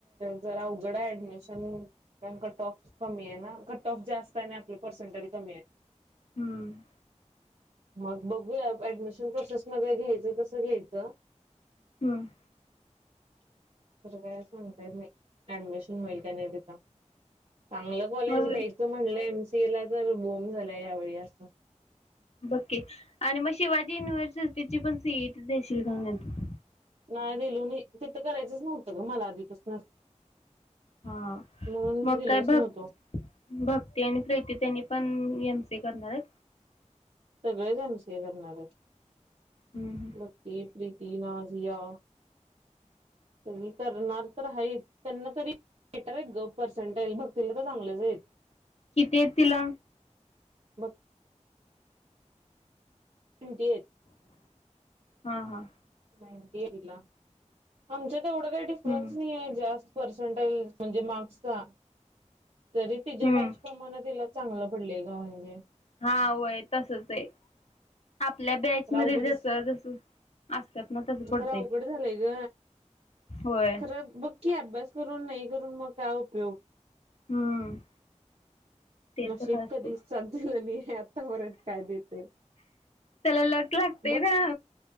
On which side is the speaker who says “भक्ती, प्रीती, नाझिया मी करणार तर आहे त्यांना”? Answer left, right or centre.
Right